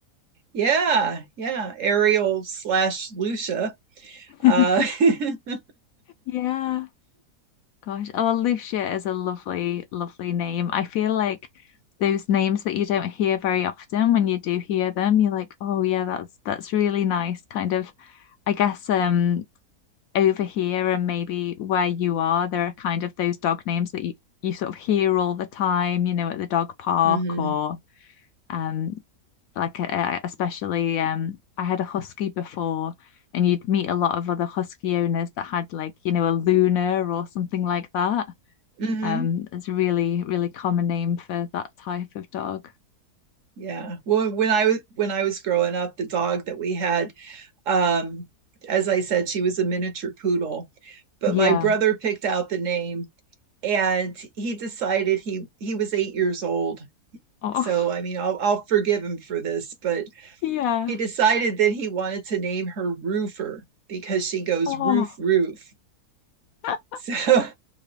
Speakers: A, on the right (about 60°); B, on the left (about 70°).
A: Yeah, yeah. Ariel slash Lucia.
B: <laughs>
A: Uh, <laughs>
B: Yeah. Gosh, oh, Lucia is a lovely, lovely name. I feel like those names that you don't hear very often, when you do hear them, you're like, oh yeah, that's that's really nice. Kind of, I guess, um, over here and maybe where you are, there are kind of those dog names that you, you sort of hear all the time, you know, at the dog park
A: hmm
B: or um, like uh, uh, especially um, I had a husky before. And you'd meet a lot of other husky owners that had like, you know, a Luna or something like that.
A: hmm
B: Um, it's a really, really common name for that type of dog.
A: Yeah. Well, when I was when I was growing up, the dog that we had, um, as I said, she was a miniature poodle, but
B: Yeah.
A: my brother picked out the name, and he decided he he was eight years old.
B: Oh,
A: So I mean, I'll I'll forgive him for this, but
B: <laughs> yeah.
A: He decided that he wanted to name her Roofer because she goes
B: Oh,
A: roof, roof. <laughs>
B: <laughs>
A: So,